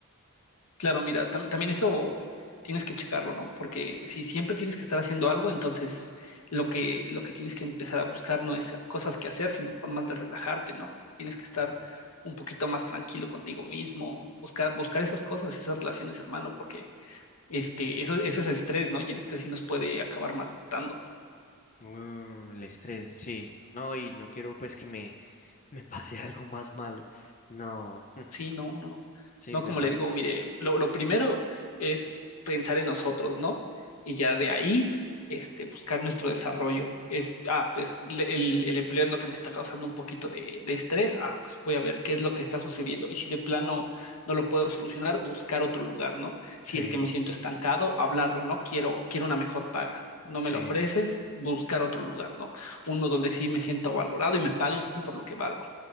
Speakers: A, on the left; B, on the left.
A: Claro, mira, tam- también eso tienes que checarlo, ¿no? Porque si siempre tienes que estar haciendo algo, entonces lo que, lo que tienes que empezar a buscar no es cosas que hacer, sino formas de relajarte, ¿no? Tienes que estar
B: Ujú.
A: un poquito más tranquilo contigo mismo, buscar, buscar esas cosas, esas relaciones, hermano, porque este, eso, eso es estrés, ¿no? Y el estrés sí nos puede acabar matando.
B: Mm, el estrés, sí. No, y no quiero pues que me, me pase <laughs> algo más malo. No, <laughs>
A: Sí, no, no, no.
B: sí,
A: No,
B: me
A: como
B: pasa.
A: le digo, mire, lo, lo primero es pensar en nosotros, ¿no? Y ya de ahí, este, buscar nuestro desarrollo. Es, ah, pues le- el, el empleo es lo que me está causando un poquito de, de estrés. Ah, pues voy a ver qué es lo que está sucediendo. Y si de plano no lo puedo solucionar, buscar otro lugar, ¿no? Si
B: Sí,
A: es que me siento estancado, hablarlo, ¿no? Quiero, quiero una mejor paga. No me
B: sí.
A: la ofreces, buscar otro lugar, ¿no? Uno donde sí me siento valorado y me paguen por lo que valgo.